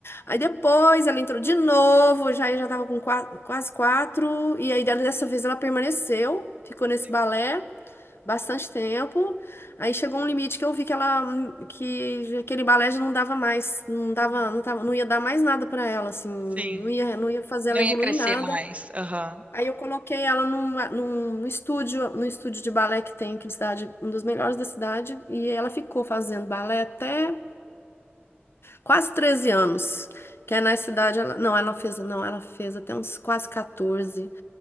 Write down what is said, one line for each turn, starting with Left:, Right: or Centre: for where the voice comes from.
Left: Aí depois ela entrou de novo, já já tava com qua- quase quatro, e aí dela- dessa vez ela permaneceu, ficou nesse
Right: sim.
Left: balé bastante tempo. Aí chegou um limite que eu vi que ela que aquele balé já não dava mais, não dava,
Right: Uhum.
Left: não tava, não ia dar mais nada pra ela, assim, não
Right: Sim.
Left: ia, não ia fazer
Right: Não
Left: ela evoluir
Right: ia crescer
Left: em nada.
Right: mais. Aham.
Left: Aí eu coloquei ela num, num estúdio, num estúdio de balé que tem aqui na cidade, um dos melhores da cidade, e ela ficou fazendo balé até quase 13 anos. Que é na cidade, ela, não, ela fez, não, ela fez até uns quase 14.